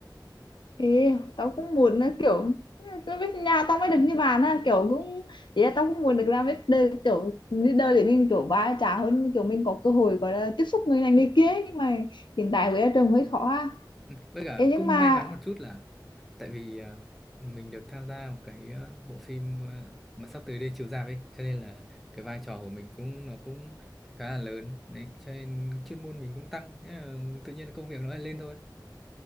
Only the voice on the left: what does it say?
Ê, tao cũng muốn là kiểu nó biết nhà tao mới được như bạn ha kiểu cũng ý là tao cũng muốn được làm leader kiểu leader để mình kiểu va chạm hơn kiểu mình có cơ hội gọi là tiếp xúc người này người kia ấy. nhưng mà hiện tại với trường hơi khó ha
Ê, nhưng
mà